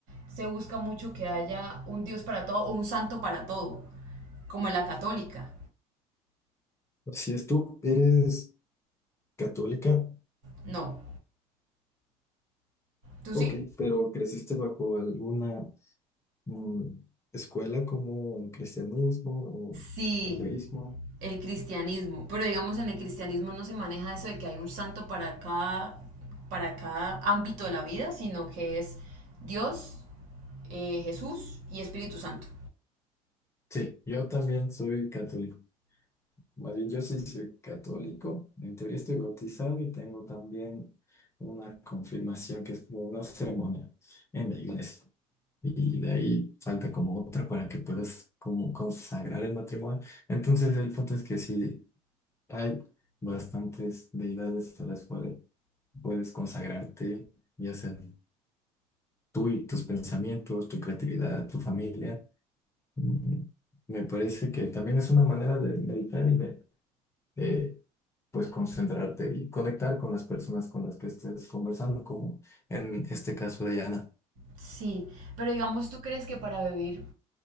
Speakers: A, on the right; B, on the left.
A: se busca mucho que haya un Dios para todo o un santo para todo, como en la católica.
B: Si es tú, eres católica,
A: No, ¿tú
B: ok,
A: sí?
B: pero creciste bajo alguna mm, escuela como el cristianismo
A: Sí,
B: o ateísmo.
A: el cristianismo. Pero digamos, en el cristianismo no se maneja eso de que hay un santo para cada, para cada ámbito de la vida, sino que es Dios, eh, Jesús y Espíritu Santo.
B: Sí, yo también soy católico. Más bien, yo sí soy católico. En teoría estoy bautizado y tengo también una confirmación que es como una ceremonia en la iglesia. Y de ahí falta como otra para que puedas como consagrar el matrimonio. Entonces, el punto es que sí hay bastantes deidades a las cuales puedes consagrarte, ya sea tú y tus pensamientos, tu creatividad, tu familia. Mm, Me parece que también es una manera de meditar y de, de pues concentrarte y conectar con las personas con las que estés conversando, como en este caso de Yana.
A: Sí, pero digamos, ¿tú crees que para vivir